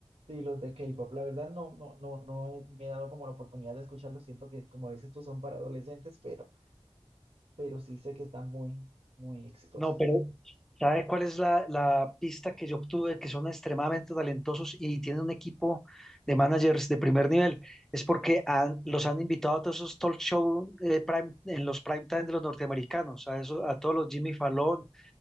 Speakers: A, on the right; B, in the centre.
A: Sí, los de K-pop, la verdad no, no, no, no he- me he dado como la oportunidad de escucharlos. Siento que, como dices tú, son para adolescentes, pero, pero sí sé que están muy, muy exitosas.
B: No, pero ¿sabe cuál es la, la pista que yo obtuve? Que son extremadamente talentosos y tienen un equipo de managers de primer nivel. Es porque han- los han invitado a todos esos talk show eh, prime, en los prime time de los norteamericanos, a, eso, a todos los Jimmy Fallon,